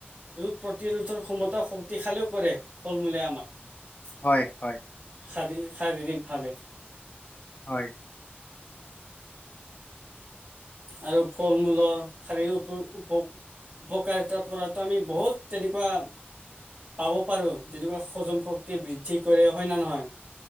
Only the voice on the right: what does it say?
ৰোগ প্ৰতিৰোধৰ ক্ষমতা শক্তিশালীও কৰে ফল মূলে আমাক
শাৰীৰি শাৰীৰিভাৱে
আৰু ফল-মূলৰ <unintelligible> উপকাৰিতাৰ পৰাতো আমি বহুত তেনেকুৱা পাব পাৰো যেনেকুৱা হজম শক্তি বৃদ্ধি কৰে হয়নে নহয়?